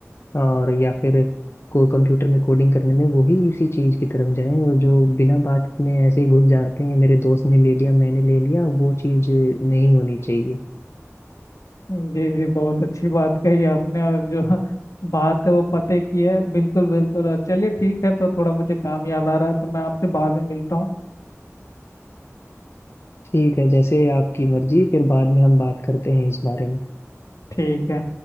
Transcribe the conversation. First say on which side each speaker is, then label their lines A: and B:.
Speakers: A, on the left; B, on the left.
A: और या फिर को कंप्यूटर में कोडिंग करने में वो ही इसी चीज की तरफ जाएं और जो बिना बात में ऐसे ही घुस जाते हैं मेरे दोस्त ने ले लिया मैंने ले लिया वो चीज नहीं होनी चाहिए
B: जी जी बहुत अच्छी बात कही आपने और जो बात है वो पते की है बिल्कुल बिल्कुल और चलिए ठीक है तो थोड़ा मुझे काम याद आ रहा है तो मैं आपसे बाद में मिलता हूँ
A: ठीक है जैसे आपकी मर्जी फिर बाद में हम बात करते हैं इस बारे में
B: ठीक है